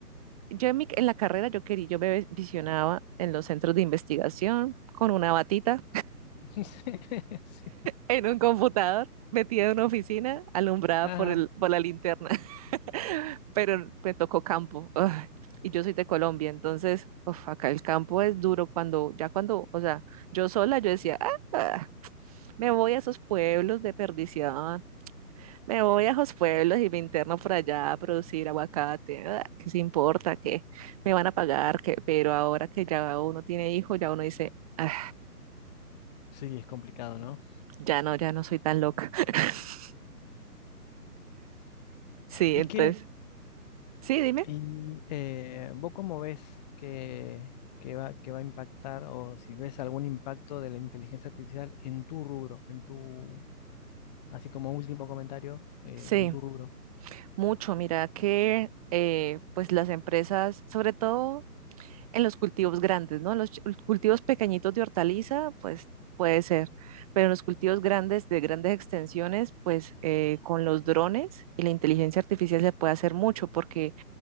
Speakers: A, on the right; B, on the left.
A: yo en, mi- en la carrera yo quería, yo me visionaba en los centros de investigación con una batita
B: <laughs> Sí, sí.
A: en un computador, metida en una oficina, alumbrada
B: Ajá.
A: por el, por la linterna, <laughs> pero me tocó campo. ugh, Y yo soy de Colombia, entonces, uf, acá el campo es duro cuando, ya cuando, o sea, yo sola, yo decía, "Ah, ah, me voy a esos pueblos de perdición, Me voy a los pueblos y me interno por allá a producir aguacate. Ah, ¿Qué se importa? ¿Qué me van a pagar? ¿Qué? Pero ahora que ya uno tiene hijo ya uno dice, "Ah,
B: Sí, es complicado, ¿no?
A: ya no, ya no soy tan loca. <laughs> Sí,
B: ¿Y
A: entonces,
B: qué,
A: sí, dime.
B: y, eh, vos cómo ves que, que va, que va a impactar o si ves algún impacto de la inteligencia artificial en tu rubro, en tu, así como último comentario, eh,
A: Sí,
B: en tu rubro?
A: mucho. Mira que eh, pues las empresas, sobre todo en los cultivos grandes, ¿no? Los ch- los cultivos pequeñitos de hortaliza, pues puede ser, pero en los cultivos grandes de grandes extensiones, pues eh, con los drones y la inteligencia artificial se puede hacer mucho porque,